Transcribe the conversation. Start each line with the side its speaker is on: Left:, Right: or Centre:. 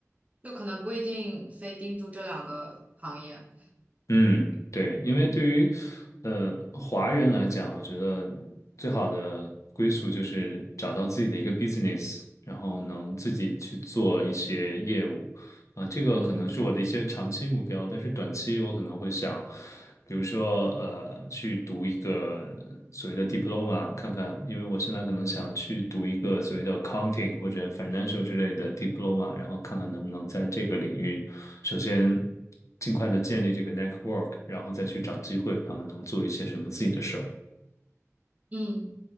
Right: 就可能不一定非盯住这两个行业。
Left: 嗯，对，因为对于呃华人来讲，我觉得最好的归宿就是找到自己的一个 business，然后能自己去做一些业务啊，这个可能是我的一些长期目标，
Right: 嗯
Left: 但是短期我可能会想，比如说呃去读一个所谓的 diploma，看看，因为我现在可能想去读一个所谓的 accounting 或者 financial 之类的 diploma，然后看看能不能在这个领域。首先尽快的建立这个 network，然后再去找机会，看看能做一些什么自己的事儿。
Right: 嗯。